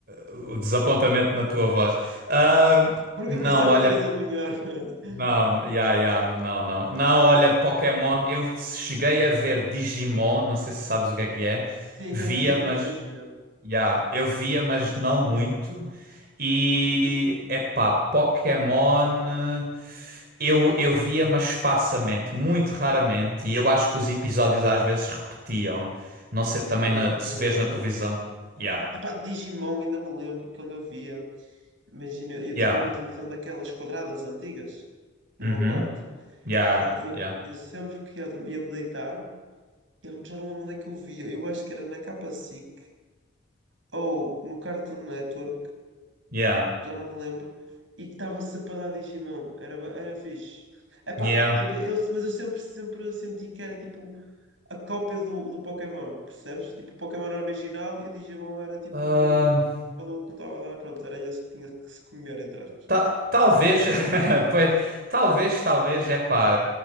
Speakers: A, on the right; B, on the right.
A: o- o desapontamento na tua voz. Ah,
B: Porque
A: não,
B: eu pensava
A: olha.
B: que tu ias adivinhar. <laughs>
A: Não, yeah, yeah, mas não, não. Não, olha, Pokémon, eu cheguei a ver Digimon, não sei se sabes o que é que é.
B: Sim,
A: Via,
B: também via,
A: mas,
B: também via.
A: yeah, eu via, mas não muito. E, epá, Pokémon, eu, eu via, mas esparsamente, muito raramente. E eu acho que os episódios às vezes repetiam. Não sei
B: Sim,
A: também na-
B: repetiam
A: se vês
B: bastante.
A: na televisão. Yeah,
B: Epá, Digimon ainda me lembro quando eu via. Imagina, eu
A: yeah,
B: tinha uma televisão daquelas quadradas antigas no
A: uhum,
B: meu quarto.
A: yeah,
B: Epá, e eu,
A: yeah,
B: eu sempre que ia, ia me deitar, eu já não lembro onde é que eu via. Eu acho que era na Capa SIC ou no Cartoon Network,
A: yeah,
B: já não me lembro. E que estava sempre a dar Digimon. Era, ba- era fixe. Epá,
A: yeah.
B: eu, eu- mas eu sempre, sempre senti que era tipo a cópia do, do Pokémon, percebes? Tipo, o Pokémon era original e o Digimon era tipo
A: Ah,
B: quando o outro não estava a dar, pronto, era esse que tinha que se comer, entre aspas.
A: Ta- talvez, <laughs> pois, talvez, talvez, é pá,